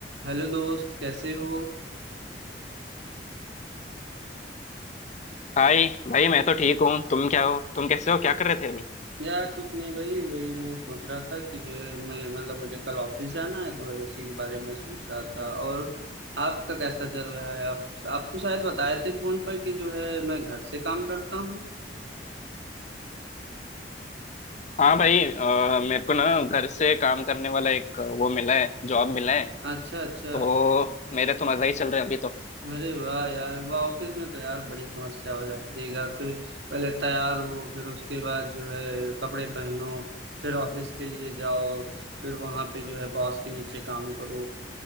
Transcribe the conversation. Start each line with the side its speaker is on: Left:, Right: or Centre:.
Right: Hello दोस्त कैसे हो
Left: हाय भाई मैं तो ठीक हूँ तुम क्या हो तुम कैसे हो क्या कर रहे थे अभी
Right: यार कुछ नहीं भाई वही मैं सोच रहा था कि जो है मैं मतलब मुझे कल ऑफिस जाना है तो वही उसी के बारे में सोच रहा था और आपका कैसा चल रहा है आप आप तो शायद बताए थे फोन पर कि जो है मैं घर से काम करता हूँ
Left: हाँ भाई अ, मेरे को ना घर से काम करने वाला एक वो मिला है जॉब मिला है
Right: अच्छा अच्छा
Left: तो मेरे तो मजा ही चल रहे हैं अभी तो
Right: अरे वाह यार वाह ऑफिस में तो यार बड़ी समस्या हो जाती है घर पे पहले तैयार हो फिर उसके बाद जो है कपड़े पहनो फिर ऑफिस के लिए जाओ फिर वहां पे जो है बॉस के नीचे काम करो